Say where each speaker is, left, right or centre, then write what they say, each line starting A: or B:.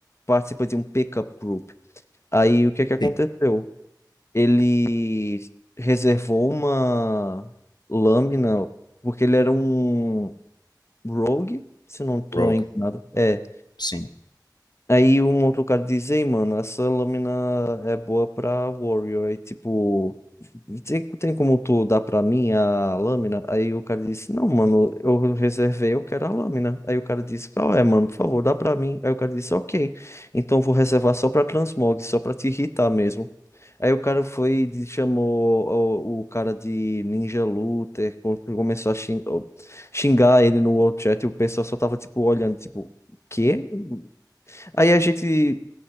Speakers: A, on the left; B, on the left.
A: participa de um pickup group. Aí o que é que aconteceu?
B: Sim,
A: ele reservou uma lâmina, porque ele era um rogue, se eu não estou
B: Rogue.
A: enganado. é
B: Sim.
A: Aí um outro cara diz, ei, mano, essa lâmina é boa pra Warrior. Aí, tipo, tem, tem como tu dar pra mim a lâmina? Aí o cara disse, não, mano, eu reservei, eu quero a lâmina. Aí o cara disse, qual é, mano, por favor, dá pra mim. Aí o cara disse, ok, então vou reservar só pra Transmog, só pra te irritar mesmo. Aí o cara foi, e de- chamou o, o cara de Ninja Luther, co- começou a xing- xingar ele no World chat e o pessoal só tava, tipo, olhando, tipo, quê? Aí a gente